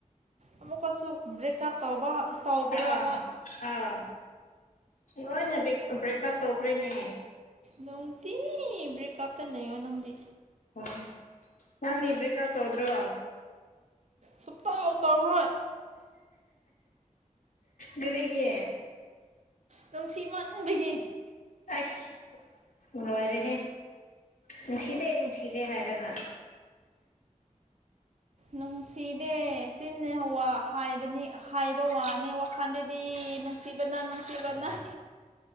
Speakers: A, on the right (about 60°); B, on the left (about 75°).
A: ꯑꯃꯨꯛꯀꯁꯨ ꯕ꯭ꯔꯦꯛꯀꯞ ꯇꯧꯕ ꯇꯧꯕ꯭ꯔꯕ
B: ꯑꯥ ꯑꯥ ꯂꯣꯏꯅ ꯕ꯭ꯔꯦꯛꯑꯞ ꯇꯧꯈ꯭ꯔꯦꯅꯦ
A: ꯅꯪꯗꯤ ꯭ꯔꯦꯀꯞꯇ ꯂꯩ ꯑꯣꯣ ꯅꯪꯗꯤ
B: ꯑꯣ ꯅꯪꯗꯤ ꯕꯔ꯭ꯤꯛꯀꯞ ꯇꯧꯗ꯭ꯔꯣ
A: ꯁꯨꯛꯇꯥꯎ ꯇꯧꯔꯣꯏ
B: ꯒꯔꯤꯒꯤ
A: ꯅꯨꯡꯁꯤꯃꯟꯕꯒꯤ
B: ꯑꯁ ꯂꯣꯏꯔꯦꯍꯦ ꯅꯨꯡꯁꯤꯗꯦ ꯅꯨꯡꯁꯤꯗꯦ ꯍꯥꯏꯔꯒ
A: ꯅꯨꯡ ꯁꯤꯗꯦ ꯍꯛꯆꯤꯟꯅꯦ ꯋꯥ ꯍꯥꯏꯕꯅꯤ ꯍꯥꯏꯕ ꯋꯥꯅꯤ ꯋꯥꯈꯜꯗꯗꯤ ꯅꯨꯡꯁꯤꯕꯅ ꯅꯨꯡꯁꯤꯕꯅ <inaudible>